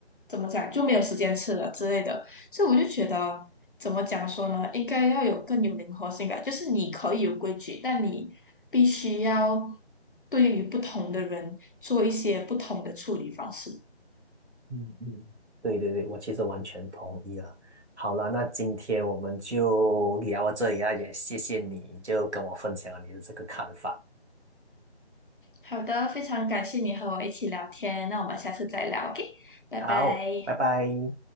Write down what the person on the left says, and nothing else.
怎么讲就没有时间吃了之类的。所以我就觉得，怎么讲说呢？应该要有更有灵活性吧。就是你可以有规矩，但你必须要对于不同的人做一些不同的处理方式。
好的，非常感谢你和我一起聊天，那我们下次再聊，OK，拜拜。